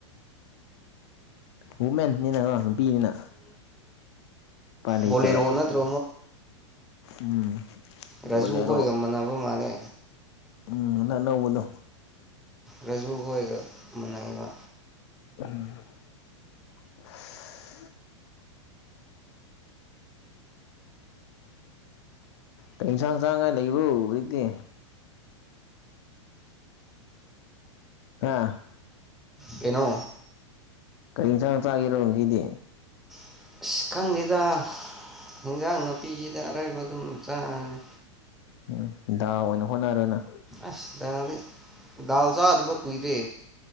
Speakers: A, on the left; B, in the centre.
A: ꯋꯨꯨꯃꯦꯟꯅꯤꯅ ꯅꯨꯄꯤꯅꯤꯅ ꯎꯄꯥꯏ ꯂꯩꯇꯕ
B: ꯕꯣꯂꯦꯔꯣ ꯅꯠꯇ꯭ꯔꯣ
A: ꯎꯝ
B: ꯔꯥꯖꯨꯈꯣꯏꯒ
A: ꯕꯣꯂꯦꯔꯣ
B: ꯃꯥꯟꯅꯕ ꯃꯥꯜꯂꯦ
A: ꯎꯝ ꯍꯟꯗꯛ ꯑꯅꯧꯕꯗꯣ
B: ꯔꯥꯖꯨ ꯈꯣꯏꯒ ꯃꯅꯩꯌꯦꯕ
A: ꯎꯝ <unintelligible> ꯀꯩ ꯏꯟꯁꯥꯡ ꯆꯥꯡꯉꯥꯏ ꯂꯩꯕꯔꯣ ꯍꯧꯖꯤꯛꯇꯤ ꯍꯥ
B: ꯀꯩꯅꯣ
A: ꯀꯔꯤ ꯏꯟꯁꯥꯡ ꯆꯥꯒꯤꯔꯣ ꯉꯁꯤꯗꯤ
B: <unintelligible> ꯈꯪꯗꯦꯗ ꯏꯟꯖꯥꯡ ꯅꯥꯄꯤꯁꯤꯗ ꯑꯔꯥꯏꯕ ꯑꯗꯨꯝ ꯆꯥꯔꯅꯤ
A: ꯎꯝ ꯗꯥꯜ ꯑꯣꯏꯅ ꯍꯣꯠꯅꯔꯣ ꯅꯪ
B: ꯑꯁ ꯗꯥꯜꯗꯤ ꯗꯥꯜ ꯆꯥꯗꯥꯕ ꯀꯨꯏꯔꯦ